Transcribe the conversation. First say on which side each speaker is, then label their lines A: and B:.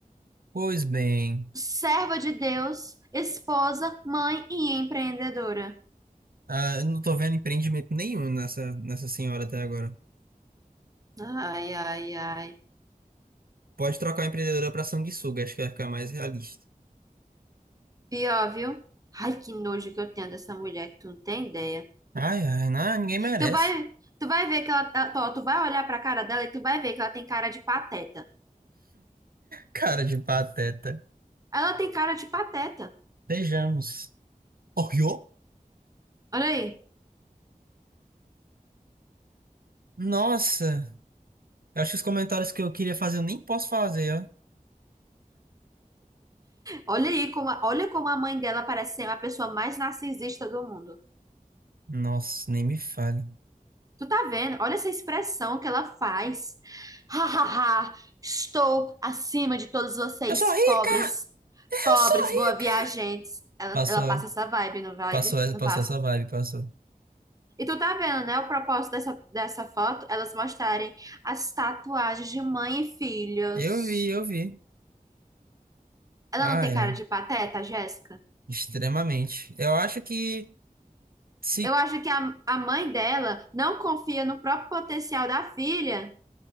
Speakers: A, on the right; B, on the right.
A: pois bem.
B: Serva de Deus, esposa, mãe e empreendedora.
A: Ah, eu não tô vendo empreendimento nenhum nessa, nessa senhora até agora.
B: Ai, ai, ai.
A: Pode trocar a empreendedora pra sanguessuga, acho que vai ficar mais realista.
B: Pior, viu? Ai, que nojo que eu tenho dessa mulher que tu não tem ideia.
A: Ai, ai, não, ninguém merece.
B: Tu vai, tu vai ver que ela, ela- ó, tu vai olhar pra cara dela e tu vai ver que ela tem cara de pateta.
A: Cara de pateta.
B: Ela tem cara de pateta.
A: Beijamos. Oreo?
B: Olha aí.
A: Nossa, eu acho que os comentários que eu queria fazer eu nem posso fazer, ó.
B: Olha aí como, a- olha como a mãe dela parece ser a pessoa mais narcisista do mundo.
A: Nossa, nem me fale.
B: Tu tá vendo? Olha essa expressão que ela faz. Ha, ha, ha. Estou acima de todos vocês,
A: Eu sou rica!
B: pobres,
A: Eu
B: pobres,
A: sou
B: boa
A: rica!
B: viajantes. Ela,
A: Passou,
B: ela passa essa vibe, não vibe?
A: passou, essa-
B: Não
A: passou
B: passa.
A: essa vibe, passou.
B: E tu tá vendo, né? O propósito dessa, dessa foto, elas mostrarem as tatuagens de mãe e filhos.
A: Eu vi, eu vi.
B: Ela
A: Ai,
B: não tem cara
A: ai.
B: de pateta, Jéssica?
A: Extremamente. Eu acho que se.
B: Eu acho que a, a mãe dela não confia no próprio potencial da filha